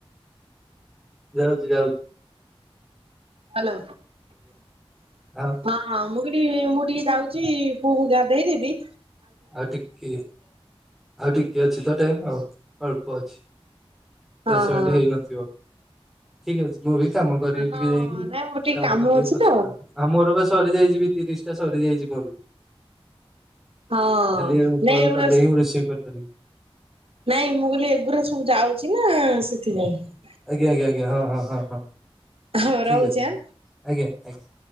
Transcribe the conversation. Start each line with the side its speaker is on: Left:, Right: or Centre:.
Centre: ଯାଉଚି ଯାଉଚି।
Right: ହାଲୋ
Centre: ଆଉ
Right: ହଁ ମୁଁ ରୀ ମୁଁ ଟିକେ ଯାଉଚି ପୁଅକୁ ଗାଧଦେବି
Centre: ଆଉ ଟିକେ ଆଉ ଟିକେ ଅଛି ତ ଟାଇମ ଆଉ ଅଳ୍ପ ଅଛି।
Right: ହଁ
Centre: ଦଶ
Right: ହଁ
Centre: ମିନିଟ୍ ହେଇନଥିବ। ଠିକ ଅଛି ମୁଁ ଭି କାମ କରିବି
Right: ହଁ
Centre: ଟିକେ ଯାଇକି
Right: ନାଇଁ ମୋର ଟିକେ
Centre: କାମ କରିଦେଇକି
Right: ଅଛି
Centre: ପଚେ
Right: ତ
Centre: କଲ୍ କ ଆଉ ମୋର ବାସ୍ ସରିଯାଇଚି ବି ତିରିଶ ଟା ସରିଯାଇଚି ମୋର।
Right: ହଁ
Centre: କାଲି ଆଉ
Right: ନାଇଁ
Centre: କଲ୍
Right: ଏଗୁଡା
Centre: କଲେ ବି ମୁଁ ରିସିଭ୍ କରିପାରିବି
Right: ନାଇଁ ମୁଁ କହିଲି ଏଗୁୁରା ସବୁ ଯାଉଚି ନା ସେଥିପାଇଁ।।
Centre: ଆଜ୍ଞା ଆଜ୍ଞା ଆଜ୍ଞା ହଁ ହଁ ହଁ ହଁ
Right: ହଁ
Centre: ଠିକ
Right: ରହୁଛି
Centre: ଅଛି
Right: ଆଁ।
Centre: ଆଜ୍ଞା ଆଜ୍ଞା।